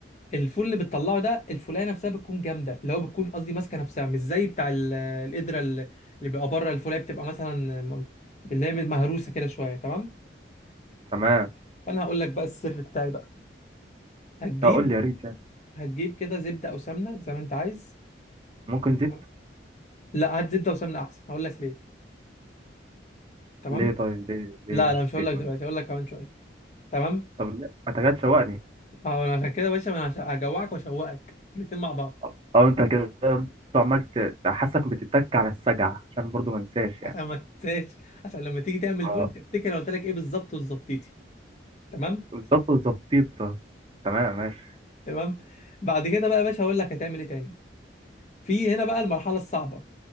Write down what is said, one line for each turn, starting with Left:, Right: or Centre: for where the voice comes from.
Left: الفول اللي بتطلعه ده الفولايه نفسها بتكون جامده اللي هو بتكون قصدي ماسكه نفسها مش زي بتاع ال- القدره اللي اللي بيبقى بره الفولايه بتبقى مثلا م- اللي هي مهروسه كده شويه تمام
Right: تمام
Left: فانا هقول لك بقى السر بتاعي بقى هتجيب
Right: لا قول لي يا ريت يعني
Left: هتجيب كده زبده او سمنه زي ما انت عايز
Right: ممكن زيت
Left: تمام؟ لا هات زبده وسمنه احسن هقول لك ليه تمام
Right: ليه طيب ليه ليه
Left: لا
Right: مش
Left: لا مش هقول
Right: زيت
Left: لك
Right: مثلا
Left: دلوقتي هقول لك كمان شويه تمام
Right: طب ليه انت كده تشوقني
Left: اه انا عشان كده يا باشا انا عشان- هجوعك واشوقك الاتنين مع بعض
Right: اه آه، انت كده برضه عمال ت- تحسك بتتك على السجع عشان برضه ما انساش
Left: عشان
Right: يعني
Left: ما تنساش عشان لما تيجي تعمل
Right: اه
Left: فول تفتكر انا قلت لك ايه بالظبط وظبطيتي تمام
Right: بالظبط بالظبط تمام ماشي
Left: تمام بعد كده بقى يا باشا هقول لك هتعمل ايه تاني في هنا بقى المرحله الصعبه